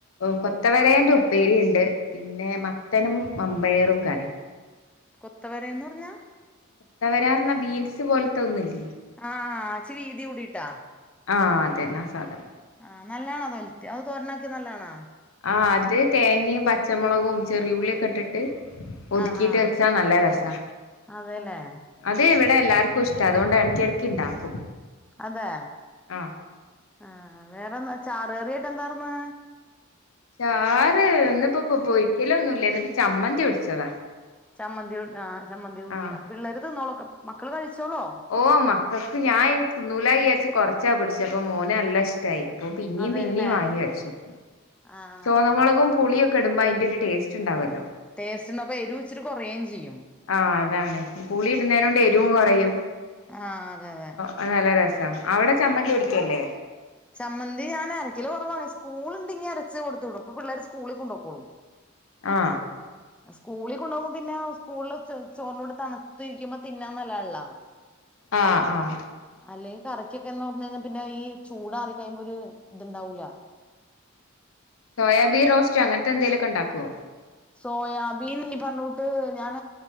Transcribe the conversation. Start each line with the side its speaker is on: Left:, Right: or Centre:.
Left: കൊത്തവരയന്റെ ഉപ്പേരിണ്ട് പിന്നെ മത്തനും മമ്പയറും കറി
Centre: കൊത്തവരന്ന് പറഞ്ഞാ
Left: കൊത്തവരാന്നറഞ്ഞ ബീൻസ് പോലത്തെ ഒന്നുല്ലേ
Centre: ആഹ് ഇച്ച് വീതി കൂടീട്ടാ
Left: ആ അതെന്നാ ആ സാധനം
Centre: ആ നല്ലാണോ തോൽത്തി അത് തോരനാക്കി നല്ലതാണോ
Left: ആഹ് അത് തേങ്ങയും പച്ചമുളകും ചെറിയ ഉുള്ളിയൊക്കെ ഇട്ടിട്ട് ട്ട് ഒതുക്കിട്ട്
Centre: ആഹ് ആഹ്
Left: വെച്ചാ നല്ല രസാ
Centre: അതെല്ലേ
Left: അത് ഇവിടെ എല്ലാർക്കും ഇഷ്ടാ അതുകൊണ്ട് ഇടക്കി ഇടക്ക് ഇണ്ടാക്കും
Centre: അതെ
Left: ആ
Centre: ആ വേറെന്താ ചാർകറിയായിട്ട് എന്താർന്ന്
Left: ചാറ് ഇന്നിപ്പോ പോ പൊരിക്കല് ഒന്നുല്ല അപ്പ ചമ്മന്തി പൊടിച്ചതാ
Centre: ചമ്മന്തി ആ ചമ്മന്തി കൂട്ടി
Left: ആ
Centre: പിള്ളേര് തിന്നോളോ മക്കള് കഴിച്ചോളോ
Left: ഓഹ് മക്കൾക്ക് ഞാൻ തിന്നൂല വിചാരിച്ച് കൊറച്ചാ പിടിച്ചപ്പ മോനല്ല ഇഷ് ട്ടായി അപ്പൊ പിന്നേം
Centre: അതെല്ലേ
Left: പിന്നേം വാങ്ങി കഴിച്ചു
Centre: ആഹ്
Left: ചുവന്നമുളകും പുളീം കെടുമ്പോ അയിന്റൊരു ടേസ്റ്റ് ഇണ്ടാവോല്ലോ
Centre: ടേസ്റ്റിന്നപ്പെ എരു ഇച്ചിരി കുറേം ചെയ്യും
Left: ആഹ് അതാണ് പുളി ഇടുന്നേ കൊണ്ട് എരിവും കുറയും
Centre: ആഹ് അതെ അതെ
Left: അത് നല്ല രസാ അവിടെ ചമ്മന്തി പൊടിക്കല്ലേ
Centre: ചമ്മന്തി ഞാനരക്കല് കുറവാണ് സ്കൂളണ്ടെങി അരച്ച് കൊടുത്തു വിടും അപ്പ പിള്ളേർ സ്കൂളി കൊണ്ടൊക്കോളും
Left: ആഹ്
Centre: സ്കൂളി കൊണ്ടുപോമ്പ പിന്നെ സ്കൂളിൽ ചോറിൻ്റെ കൂടെ തണു തിരിക്കുമ്പോ തിന്നാൻ നല്ലതാള്ള
Left: ആഹ് ആഹ്
Centre: അല്ലെങ്കി കറിക്കൊക്കെന്ന് പറഞ്ഞാ കഴിഞ്ഞാ പിന്നെ ഈ ചൂടാറി കഴിയുമ്പ ഒരു ഇത്ണ്ടാവൂല്ല
Left: സോയാബീൻ റോസ്റ്റ് അങ്ങനത്തെ എന്തേലുക്ക ഒണ്ടാക്കുവോ
Centre: സോയാബീൻ ഈ പറഞ്ഞ കൂട്ട് ഞാൻ